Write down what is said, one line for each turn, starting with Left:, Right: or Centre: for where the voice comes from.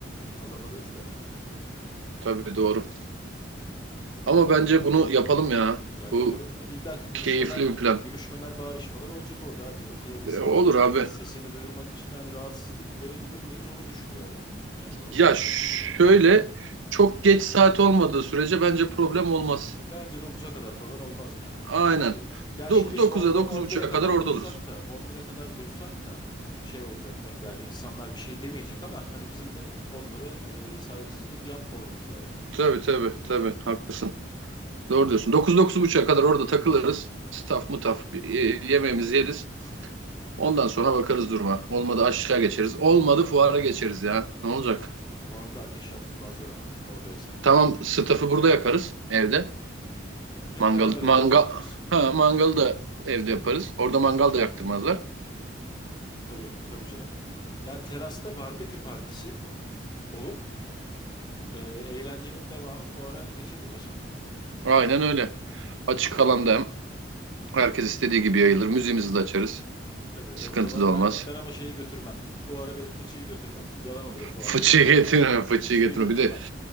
Left: kalabalığız da yani.
Right: tabii doğru. Ama bence bunu yapalım ya.
Left: Ya yapalım
Right: Bu
Left: da illaki gülüşmeler
Right: keyifli bir plan.
Left: gülüşmeler bağrışmalar olacak orada abi o kadar insan
Right: E, olur abi.
Left: sesini duyurmak için yani rahatsızlık verebilir miyiz onu düşünüyorum. Yani onu
Right: Ya
Left: düşünüyorum.
Right: şöyle çok geç saat olmadığı sürece bence problem olmaz.
Left: Bence dokuza kadar falan olmaz ya
Right: Aynen.
Left: kimseye. Ya
Right: dokuz'a
Left: şimdi biz orada
Right: dokuz
Left: on
Right: 9.30'a
Left: bire kadar
Right: kadar orada
Left: dursak
Right: oluruz.
Left: da on bire kadar dursak da şey olacak be- yani insanlar bir şey demeyecek ama hani bizim de onlara e, saygısızlık yapmamamız lazım.
Right: Tabii tabii tabii haklısın. Doğru diyorsun. 9-9.30'a kadar orada takılırız. Staff mutaf bir, e, yemeğimizi yeriz. Ondan sonra bakarız duruma. Olmadı aşağı geçeriz. Olmadı fuara geçeriz ya. Ne olacak?
Left: Orada ateş yaktırmazlar ama orada yasak.
Right: Tamam staff'ı burada yakarız evde.
Left: Hmm, hep
Right: Mangal
Left: beraber
Right: mangal
Left: oraya geçeriz.
Right: <laughs> ha mangalı da evde yaparız. Orada mangal da yaktırmazlar.
Left: Tabii tabii canım. Ya terasta barbekü partisi olup e, eğlencenin devamı fuara geçebilir.
Right: Aynen öyle. Açık alanda hem herkes istediği gibi yayılır. Müziğimizi de açarız.
Left: Tabii e,
Right: Sıkıntı
Left: o zaman
Right: da olmaz.
Left: ben ama- ben ama şeyi götürmem. Fuara benim fıçıyı götürmem. Yalan olur o fuarda
Right: Fıçıyı
Left: o fıçı.
Right: getirme, fıçıyı
Left: Fıçıyı
Right: getirme.
Left: götürmem.
Right: Bir de